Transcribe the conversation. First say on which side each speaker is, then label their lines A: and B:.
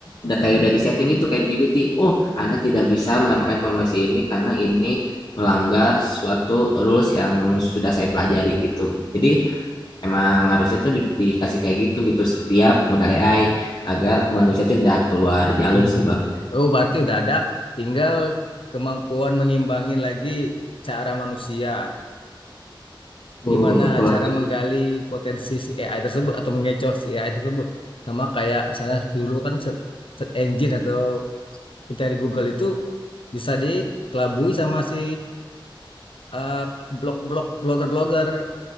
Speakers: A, on the left; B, on the left.
A: udah kayak udah di setting itu kayak GPT. Oh, Anda tidak bisa mendapatkan informasi ini karena ini melanggar suatu rules yang sudah saya pelajari gitu. Jadi emang harusnya tuh di- dikasih kayak gitu gitu setiap modal AI agar manusia itu tidak keluar jalur
B: Hmm.
A: sih Bang.
B: Oh berarti udah ada, tinggal kemampuan mengimbangin lagi cara manusia.
A: Betul,
B: Gimana
A: betul
B: cara
A: lagi.
B: menggali potensi si AI tersebut atau mengecoh si AI tersebut. Sama kayak misalnya dulu kan search search engine atau pencari Google itu bisa dikelabui sama si eh, blog-blog blogger-blogger